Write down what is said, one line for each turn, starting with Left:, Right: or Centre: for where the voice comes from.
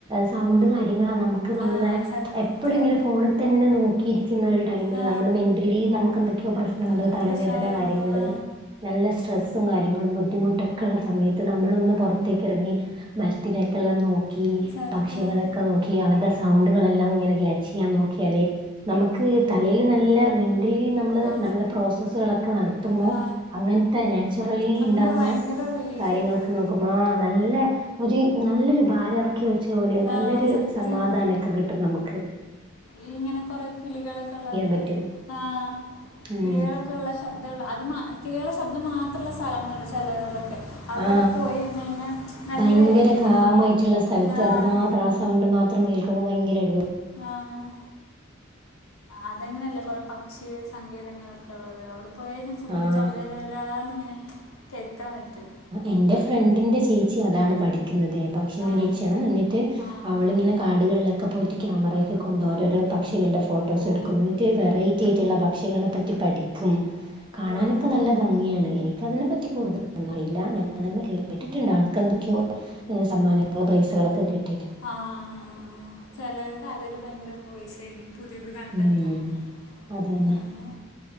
Right: സൗണ്ട് കാര്യങ്ങളാ നമുക്ക് നമ്മളെ
Left: ആ സത്യം
Right: എപ്പളിങ്ങനെ ഫോണിത്തന്നെ നോക്കിയിരിക്കുന്ന ഒരു ടൈമിൽ
Left: ആ
Right: നമ്മള് മെന്റലി നമുക്കെന്തൊക്കെയോ പ്രശ്നങ്ങള്
Left: ആ,
Right: തലവേദന
Left: പ്രശ്നകരമുള്ള
Right: കാര്യങ്ങള്
Left: ആ
Right: നല്ല സ്ട്രെസ്സും കാര്യ ര്യങ്ങളും ബുദ്ധിമുട്ടൊക്കെയുള്ള സമയത്ത് നമ്മളൊന്ന് പൊറത്തേക്കെറങ്ങി മരത്തിലേക്കെല്ലാം നോ ക്കി
Left: സത്യം
Right: പക്ഷികളെയൊക്കെ നോക്കി അവരുടെ സൗണ്ടുകളെല്ലാം ഇങ്ങനെ ക്യാച്ചെയ്യാൻ നോക്കിയാലേ നമ്മക്ക് തലയില് നല്ല മെന്റലി നമ്മള്
Left: ആ
Right: നല്ല പ്രോസ്സസ്സ്കളൊക്കെ നടത്തുമ്പൊ
Left: ആ
Right: അങ്ങനത്തെ നാച്ചുറ ലി
Left: നമുക്ക്
Right: ഇണ്ടാവുന്ന
Left: ഭയങ്കര റിലീഫ്
Right: കാര്യങ്ങളൊക്കെ
Left: കിട്ടും
Right: നോക്കുമ്പാ നല്ല ഒര് നല്ലൊരു ഭാരെറ ക്കി വെച്ചപോലെയോ നല്ലൊരു
Left: ആ സത്യം
Right: സമാധാനൊക്കെ കിട്ടും നമ്ക്ക്
Left: ഈയിങ്ങനെ കൊറേ കിളികളൊക്കൊള്ളെ
Right: പറ്റും
Left: ആഹ്
Right: ഉം
Left: കിളികളൊക്കുള്ള ശ ബ്ദങ്ങള് അത് മാ കിളികളെ ശബ്ദം മാത്രുള്ള സ്ഥലങ്ങള്ണ്ട് ചെലരതൊക്കെ അവിടൊക്കെ
Right: ആ
Left: പോയയിഞ്ഞ്കയിഞ്ഞാ നല്ലായിരിക്കും
Right: ഭയങ്കര കാമായിട്ടുള്ള സ്ഥലത്ത്
Left: ആഹ്
Right: അത് മാത്രം ആ സൗണ്ട് മാത്രം കേൾക്കുമ്പൊ ഭയങ്കരടിപൊളി
Left: ആഹ് അതങ്ങനെയല്ലേ കൊറേ പക്ഷി സങ്കേതങ്ങളൊക്കുള്ളത് അവിടെ പോയയിനാ ഫുള്ള്
Right: ആഹ്
Left: ചെല ചെല ചെ ലാന്ന്ങ്ങനെ കേൾക്കാൻ പറ്റും
Right: എൻ്റെ ഫ്രണ്ടിൻ്റെ ചേച്ചി അതാണ് പഠി ക്കുന്നതേ പക്ഷിനിരീക്ഷണം
Left: ആ
Right: വന്നിട്ട്
Left: ആ
Right: അവളിങ്ങനെ
Left: ആ ആ
Right: കാടുകളിലൊക്കെ പോയിട്ട് ക്യാമറയൊക്കെ കൊണ്ട് ഓരോരോ പക്ഷികളുടെ ഫോട്ടോസെട്ക്കും
Left: ഓ
Right: ഇന്നിറ്റ് വെറൈറ്റിയായി ട്ടുള്ള പക്ഷികളെ പറ്റി പഠിക്കും കാണാനൊക്കെ
Left: ഓ
Right: നല്ല ഭംഗിയാണ് എനിക്കതിനെപ്പറ്റി കൂടുത ലൊന്നറിയില്ല ഞാനങ്ങനെ കേട്ടിട്ട്ണ്ട് അവൾക്കെന്തൊക്കയോ സമ്മാനങ്ങളോ പ്രൈസുകളൊക്കെ കി
Left: ആഹ് ആഹ് ആഹ് ആഹ് ചെലർക്ക് അതില് ഭയങ്കര ക്രേസായിരിക്കും പുതിയത് കണ്ടെത്താനൊക്കെ
Right: ഉം അതന്നെ
Left: അങ്ങനെ